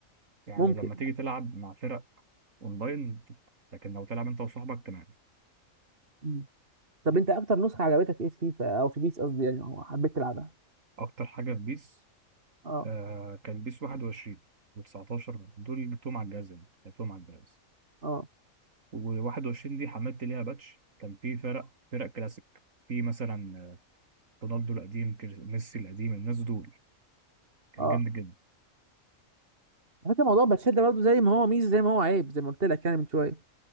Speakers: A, on the right; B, on the right.
A: يعني
B: ممكن
A: لما تيجي تلعب مع فرق اونلاين تدفع لكن لو تلعب انت وصاحبك تمام
B: مم. طب انت اكتر نسخه عجبتك ايه في فيفا او في بيس قصدي يعني او حبيت تلعبها
A: اكتر حاجه في بيس
B: اه
A: آه كان بيس 21 و19 دول اللي جبتهم على الجهاز يعني لعبتهم على الجهاز
B: اه
A: و21 دي حملت ليها باتش كان في فرق فرق كلاسيك في مثلا آه، رونالدو القديم كريس- ميسي القديم الناس دول كان
B: اه
A: جامد جدا
B: على فكره موضوع باتشات ده برضه زي ما هو ميزه زي ما هو عيب زي ما قلت لك يعني من شويه